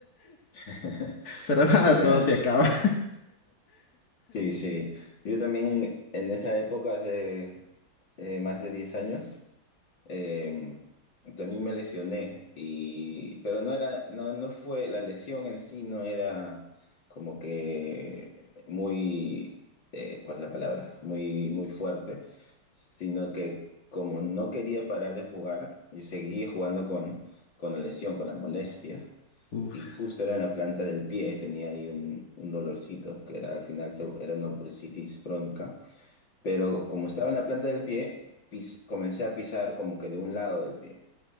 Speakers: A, on the left; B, on the left.
A: <laughs>
B: Pero <laughs> nada,
A: Claro,
B: todo se acaba.
A: sí, sí. Yo también en esa época, hace eh, más de 10 años, eh, también me lesioné y pero no era no no fue la lesión en sí no era como que muy eh, ¿cuál es la palabra? Muy muy fuerte, sino que como no quería parar de jugar, yo seguía jugando con con la lesión, con la molestia
B: Uf.
A: y justo era en la planta del pie, tenía ahí un, un dolorcito que era al final se- era una bursitis bronca pero como estaba en la planta del pie, pis- comencé a pisar como que de un lado del pie.